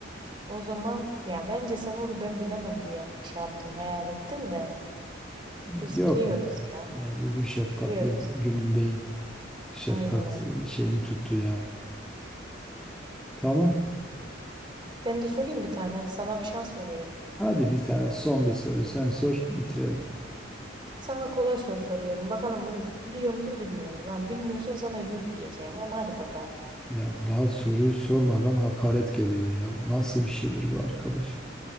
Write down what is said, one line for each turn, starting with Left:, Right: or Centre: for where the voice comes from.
Right: O zaman ya bence sen onu ben bilemem diye şey yaptın, hayal ettin de biz
Centre: Yok
Right: biliyoruz
Centre: ya.
Right: ya.
Centre: Yani bugün şefkatli
Right: Biz biliyoruz.
Centre: günümdeyim. Şefkat
Right: Aynen aynen.
Centre: e, şeyim tuttu ya. Tamam.
Right: Ben de sorayım bir tane. Hadi sana bir şans vereyim.
Centre: Hadi bir tane son bir soru sen sor bitirelim.
Right: Sana kolay soru soruyorum. Bakalım bunu biliyor musun, bilmiyor musun? Ha, bilmiyorsan sana yuh diyeceğim ama hadi bakalım.
Centre: Ya daha soruyu sormadan hakaret geliyor ya. Nasıl bir şeydir bu arkadaş?